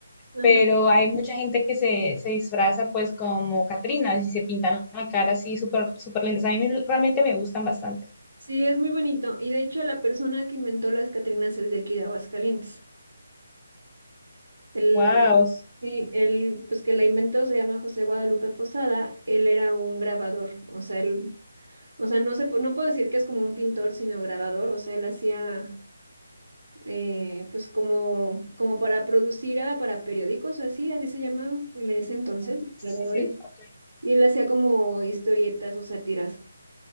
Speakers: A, on the right (about 80°); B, on the left (about 15°).
A: Ajá.
B: pero hay mucha gente que se, se disfraza pues como Catrinas y se pintan la cara así súper, súper lindas. A mí me- realmente me gustan bastante.
A: Sí, es muy bonito. Y de hecho la persona que inventó las Catrinas es de aquí de Aguascalientes. Él
B: Wow.
A: Sí, el pues que la inventó se llama José Guadalupe Posada, él era un grabador, o sea, él, o sea, no se, pu- no puedo decir que es como un pintor, sino grabador, o sea, él hacía eh, pues como, como para producir a- para periódicos o así, así se llama en ese entonces, grabadores,
B: sí, sí, ok.
A: y él hacía como historietas o sátiras,